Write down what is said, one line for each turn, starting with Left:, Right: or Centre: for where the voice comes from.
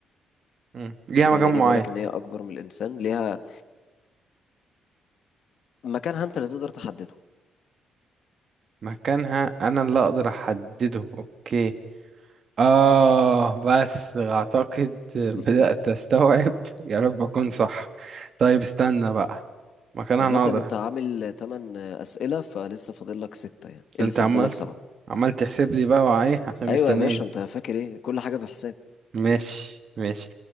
Right: مم. ليها
Left: بما
Right: مكان
Left: اني
Right: معين
Left: بقولك ان هي اكبر من الانسان ليها مكانها انت اللي تقدر تحدده
Right: مكانها أنا اللي أقدر أحدده أوكي آه بس أعتقد بدأت
Left: <laughs>
Right: أستوعب يا رب أكون صح طيب استنى بقى مكانها
Left: عامة
Right: أنا أقدر
Left: انت عامل 8 اسئلة فلسه فاضل لك 6 يعني
Right: ده
Left: إيه،
Right: أنت
Left: لسه
Right: عملت
Left: فاضل لك 7
Right: عملت تحسب لي بقى وعيه عشان
Left: ايوه
Right: مستنيني
Left: يا باشا انت فاكر ايه كل حاجة بحساب
Right: ماشي ماشي